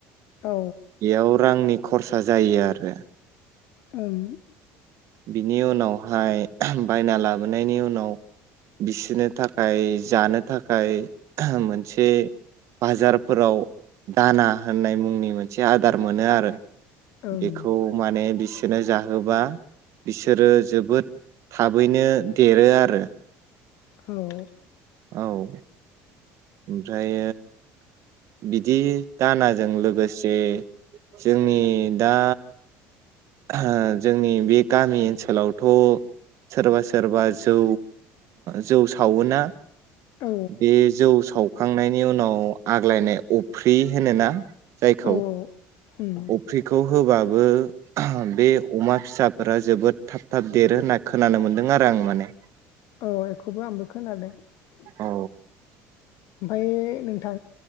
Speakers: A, on the left; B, on the right.
A: औ
B: बेयाव रांनि खरसा जायो आरो
A: ओं
B: बिनि उनावहाय बायना लाबोनायनि उनाव बिसोरनो थाखाय जानो थाखाय मोनसे बाजारफोराव दाना होननाय मुंनि मोनसे आदार मोनो आरो
A: ओं
B: बेखौ माने बिसोरनो जाहोबा बिसोरो जोबोद थाबैनो देरो आरो
A: औ
B: औ ओमफ्राय बिदि दानाजों लोगोसे जोंनि दा ओ जोंनि बे गामि ओनसोलावथ' सोरबा सोरबा जौ जौ सावोना ।
A: औ
B: बे जौ सावखांनायनि उनाव आग्लायनाय अफ्रि होनोना जायखौ
A: औ उम
B: अफ्रिखौ होबा बो बे अमा फिसाफोरा जोबोद थाब थाब देरो होनना खोनानो मोनदों आरो आं माने ।
A: औ बेखौबो आंबो खोनादों ।
B: औ
A: ओमफाय नोंथां